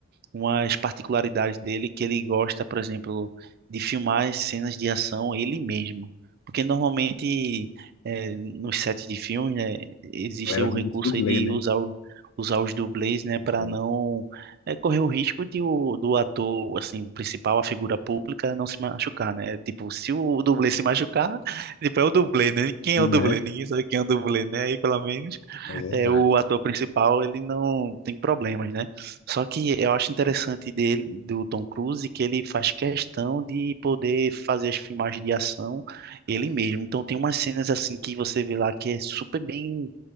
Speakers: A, on the right (about 50°); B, on the left (about 65°).
A: umas particularidades dele que ele gosta, por exemplo, de filmar as cenas de ação ele mesmo. Porque normalmente eh, nos sets de filmes, né, existe
B: A galera
A: o
B: usa
A: recurso
B: muito dublê,
A: aí de
B: né?
A: usar, o- usar os dublês, né, para
B: Uhum.
A: não eh, correr o risco de o, do ator, assim, o principal, a figura pública, não se machucar, né? Tipo, se o dublê se machucar, <laughs> tipo, é o dublê, né? Quem
B: Né?
A: é o dublê? Ninguém sabe quem é o dublê, né? Aí, pelo menos
B: É verdade.
A: é, o ator principal, ele não tem problemas, né? Só que eu acho interessante dele, do Tom Cruise, que ele faz questão de poder fazer as filmagens de ação ele mesmo. Então tem umas cenas assim que você vê lá que é super bem